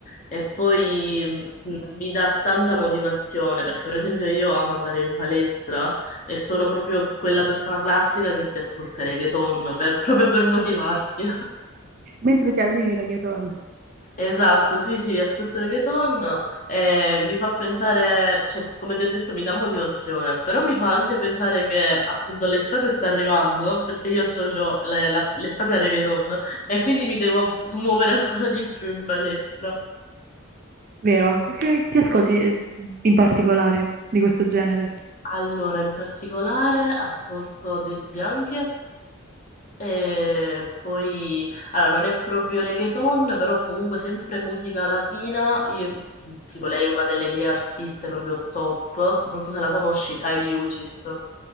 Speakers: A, on the left (about 35°); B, on the right (about 40°).
A: e poi mh, mi dà tanta motivazione perché per esempio io amo andare in palestra e sono proprio quella persona classica che ti ascolta il reggaeton per- proprio per motivarsi.
B: Mentre ti allini reggaeton,
A: Esatto, sì, sì, ascolto reggaeton e mi fa pensare, cioè, come ti ho detto, mi dà motivazione, però mi fa anche pensare che appunto l'estate sta arrivando, perché io associo la- la- l'estate al reggaeton e quindi mi devo smuovere ancora di più in palestra.
B: vero? Che, che ascolti eh, in particolare di questo genere?
A: Allora, in particolare ascolto dei Bianchi E poi, allora, non è proprio reggaeton, però comunque sempre musica latina. Io- tipo, lei è una delle mie artiste proprio top. Non so se la conosci, Kylie Uchis.